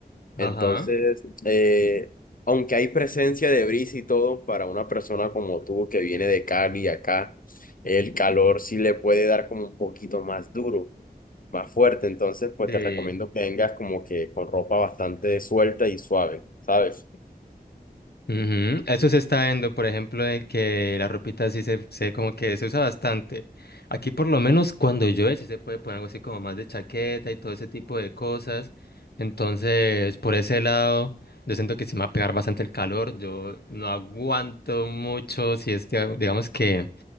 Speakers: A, on the left; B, on the left.
A: Ajá.
B: Entonces, eh, aunque hay presencia de brisa y todo, para una persona como tú que viene de Cali acá, el calor sí le puede dar como un poquito más duro, más fuerte. Entonces, pues
A: Sí.
B: te recomiendo que vengas como que con ropa bastante suelta y suave, ¿sabes?
A: Ujú, Eso se está viendo, por ejemplo, de que la ropita sí se, se como que se usa bastante. Aquí por lo menos cuando llueve sí se puede poner algo así como más de chaqueta y todo ese tipo de cosas. Entonces, por ese lado, yo siento que sí me va a pegar bastante el calor. Yo no aguanto mucho si es, que, digamos que